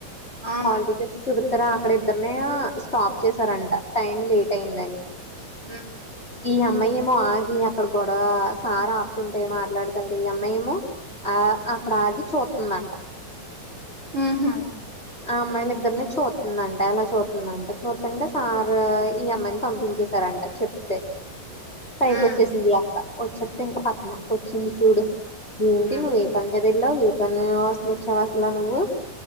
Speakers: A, on the right (about 30°); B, on the left (about 15°).
A: అవును
B: హాల్ టికెట్స్ చూపిత్తారా అక్కడే ఇద్దర్నే స్టాప్ చేసారంట, టైం లేట్ అయిందని
A: ఉం
B: ఈ అమ్మాయేమో ఆగి అక్కడ గొడవ సార ఆపుతుంటే మాట్లాడుతుంటే ఈ అమ్మాయేమో ఆ అక్కడ ఆగి చూతుందంట.
A: ఉహు
B: ఆ అమ్మాయిలు ఇద్దర్ని చూతుందంట అలా చూతుందంట, చూతుంటే సారు ఈ అమ్మాయిని పంపించేశారంట. చెప్తె పైకి
A: ఉమ్
B: వచ్చేసింది ఈ అక్క, వచ్చేతే ఇంకా పక్కనక్క వచ్చింది చూడు, ఏంటి
A: ఉమ్
B: నువ్వే పని మీద ఎల్లావ్ ఏ పని కోసం వచ్చావు అసలు నువ్వు?